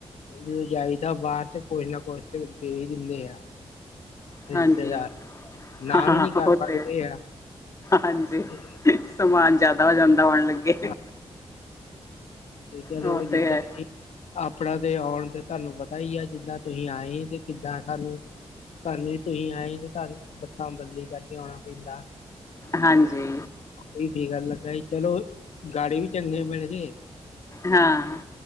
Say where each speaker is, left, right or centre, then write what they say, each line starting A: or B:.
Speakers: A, on the left; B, on the left.
A: ਜਦੋਂ ਜਾਈਦਾ ਬਾਹਰ ਤੇ ਕੁਛ ਨਾ ਕੁਛ ਤੇ ਦੇ ਹੀ ਦਿੰਦੇ ਆ। ਰਿਸ਼ਤੇਦਾਰ।
B: ਹਾਂਜੀ
A: ਨਾ
B: ਹਾਂ
A: ਵੀ ਨੀ ਕਰ
B: ਉਹ
A: ਸਕਦੇ
B: ਤੇ
A: ਆ
B: ਹਾਂਜੀ।
A: ਤੇ
B: ਸਮਾਨ ਜਿਆਦਾ ਹੋ ਜਾਂਦਾ ਆਉਣ ਲੱਗੇ।
A: ਹਾਂ ਤੇ ਚਲੋ
B: ਉਹ
A: ਜਿੱਦਾ
B: ਤੇ ਹੈ,
A: ਹੀ ਆਪਣਾ ਤੇ ਆਉਣ ਤੇ ਤੁਹਾਨੂੰ ਪਤਾ ਹੀ ਆ ਜਿੱਦਾ ਤੁਸੀਂ ਆਏ ਤੇ ਕਿੱਦਾ ਸਾਨੂੰ ਧੰਨ ਹੀ ਤੁਸੀਂ ਆਏ ਤੇ ਤੁਹਾਨੂੰ ਬੱਸਾ ਬਦਲੀ ਕਰਕੇ ਆਉਣਾ ਪੈਂਦਾ।
B: ਹਾਂਜੀ।
A: ਓਹੀ ਫਿਕਰ ਲੱਗਾ ਹੀ ਚਲੋ ਗਾੜੀ ਵੀ ਚੰਗੇ ਮਿਲ ਗਏ।
B: ਹਾਂ।